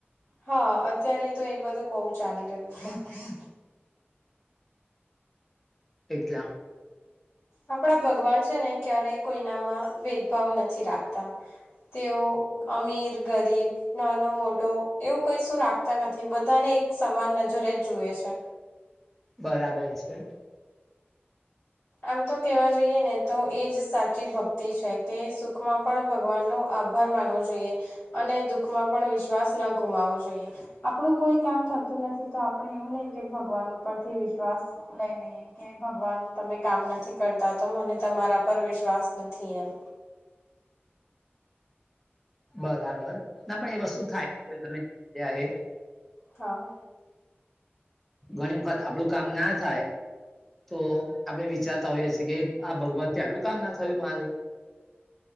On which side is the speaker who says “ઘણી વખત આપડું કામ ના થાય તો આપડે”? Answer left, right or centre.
Centre